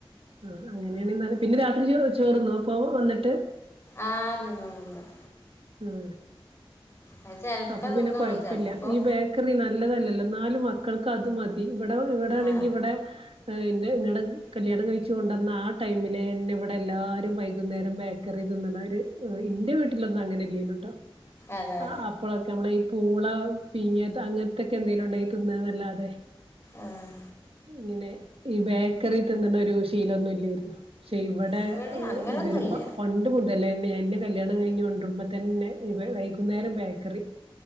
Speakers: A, on the right (about 80°); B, on the left (about 25°).
A: ആഹ് അങ്ങനെണെ നല്ല പിന്നെ രാത്രി ചോ ചോറ്ന്നോ പ്പൊ വന്ന്ട്ട്.
B: ആഹ് തിന്നും തിന്നും
A: ഉം
B: അത് ചിലപ്പോൾ
A: അപ്പൊ
B: തിന്നുള്ളൂ
A: പിന്നെ കൊയപ്പല്ല
B: ചിലപ്പോൾ
A: ഈ ബേക്ക് റി നല്ലതല്ലല്ലോ ന്നാലും മക്കൾക്കത് മതി ഇബടെ ഇവടാണെങ്കി
B: ആ
A: ഇവടെ അയ്ന്റെ ഇവടെ കല്യാണം കഴിച്ച്കൊണ്ടന്ന ആ ടൈമില് എന്നെ വടെ എല്ലാരും വൈകുന്നേരം ബേക്ക ക്കറി തിന്നു ന്നാ ഒര് എഹ് ഇന്റെ വീട്ട്ലൊന്നും അങ്ങനൊന്നുല്ലാട്ടോ
B: അതെ
A: ആഹ് അപ്പ് പ്പോളൊക്കെ നമ്മള ഈ പൂള പിങ്ങ്യത് അങ്ങൻത്തെക്കെന്തെലുണ്ടാങ്കി തിന്നന്നല്ലാതെ
B: ആഹ്
A: ഇങ്ങനെ ഈ ബേക്കറി തിന്ന് ന്നൊരു ശീലൊന്നുല്ലേര്ന്നു. ക്ഷെ ഇവടെ
B: ഇവിടെ
A: എഹ്
B: അങ്ങനൊന്നുമില്ല
A: ഇവര് പ പണ്ട് മുതലേന്നെ എന്നെ കല്യാണം കഴിഞ്ഞ് കൊണ്ട്രുമ്പോ തന്നെ ഇവെ വൈകുന്നേരം ബേക്കറി